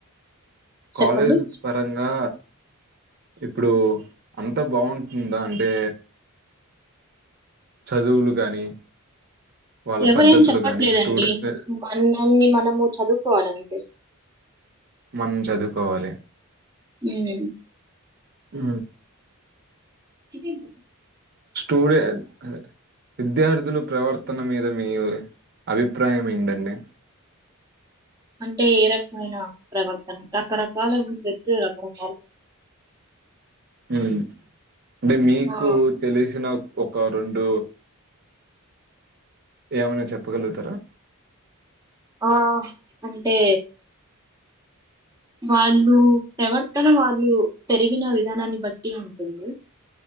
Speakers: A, on the right (about 50°); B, on the right (about 15°).
A: కాలేజ్
B: చెప్పండి
A: పరంగా ఇప్పుడు అంత బాగుంటుందా అంటే చదువులు గాని వాళ్ళ
B: ఎవరేం
A: పద్ధతులు
B: చెప్పట్లేదండి
A: గాని స్టూడె ఎ
B: మనన్ని మనము చదువుకోవాలంటే
A: మనం చదువుకోవాలి
B: ఉమ్.
A: ఉ
B: ఇదేంది
A: స్టూడే అదే విద్యార్థులు ప్రవర్తన మీద మీ అభిప్రాయం ఏంటండి
B: అంటే ఏ రకమైన ప్రవర్తన రకరకాల ఉ రకరక
A: అంటే మీకు
B: ఆ
A: తెలిసిన ఒక రెండు ఏమైనా చెప్పగలుగుతారా
B: ఆ అంటే వాళ్ళు ప్రవర్తన వాళ్ళు పెరిగిన విధానాన్ని బట్టి ఉంటుంది